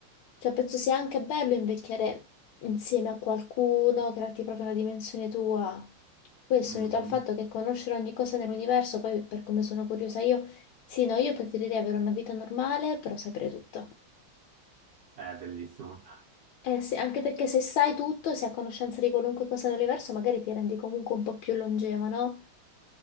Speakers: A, on the left; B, on the right.
A: Cioè, penso sia anche bello invecchiare insieme a qualcuno, crearti proprio una dimensione tua. Questo
B: Mhm.
A: unito al fatto che conoscere ogni cosa nell'universo, poi per come sono curiosa io, sì, no, io preferirei avere una vita normale, però sapere tutto.
B: È bellissimo.
A: Eh sì, anche perché se sai tutto, se hai conoscenza di qualunque cosa dell'universo, magari ti rendi comunque un po' più longeva, no?